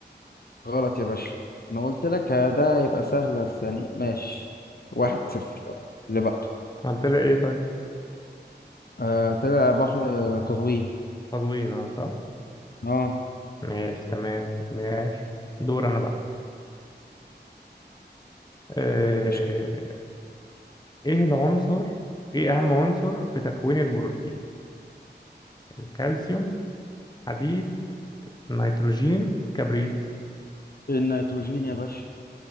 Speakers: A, on the left; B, on the left.
A: غلط يا باشا انا قلت لك ده هيبقى سهل بس يعني ماشي واحد صفر يلا اللي بعده
B: قلت لها إيه طيب
A: آه طلع بحر قزوين
B: قزوين أه صح
A: اه
B: ماشي تمام ماشي دور أنا بقى آه،
A: مش
B: إيه العنصر إيه أهم عنصر في تكوين البروتين الكالسيوم حديد نيتروجين كبريت
A: النيتروجين يا باشا